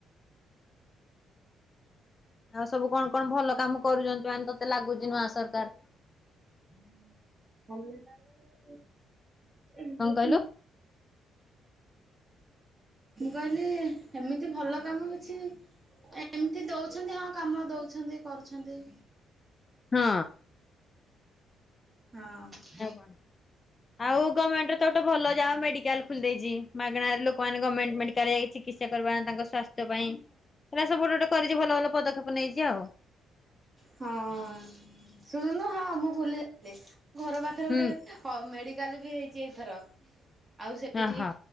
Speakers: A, on the left; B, on the right.
A: ଆଉ ସବୁ କଣ କଣ ଭଲ କାମ କରୁଚନ୍ତି ମାନେ ତତେ ଲାଗୁଚି ନୂଆ ସରକାର?
B: <unintelligible>
A: କଣ କହିଲୁ
B: ମୁଁ କହିଲି ସେମିତି ଭଲ କାମ କିଛି ଏମିତି ଦଉଛନ୍ତି ହଁ କାମ ଦଉଛନ୍ତି କରୁଛନ୍ତି।
A: ହଁ।
B: ହଁ।
A: ଆଉ କଣ? ଆଉ ଗମେଣ୍ଟରେ ତ ଗୋଟେ ଭଲ ଯାହା ହଉ ମେଡିକାଲ ଖୋଲି ଦେଇଛି। ମାଗେଣାରେ ଲୋକମାନେ ଗମେଣ୍ଟ ମେଡିକାଲରେ ଯାଇ ଚି କିତ୍ସା କରି <unintelligible> ତାଙ୍କ ସ୍ୱାସ୍ଥ୍ୟ ପାଇଁ। ପୁରା ସବୁ ଗୋଟେ ଗୋଟେ କରିଛି ଭଲ ଭଲ ପଦକ୍ଷେପ ନେଇଛି ଆଉ।
B: ହଁ ଶୁଣୁନୁ ହଁ ମୁଁ ଭୁଲି ଯାଇଥିଲି <unintelligible> ଘର ପାଖରେ
A: ହୁଁ
B: ଗୋଟେ ହଁ ମେଡିକାଲ ବି ହେଇଛି ଏଇଥର। ଆଉ ସେଇଠି
A: ଓହୋ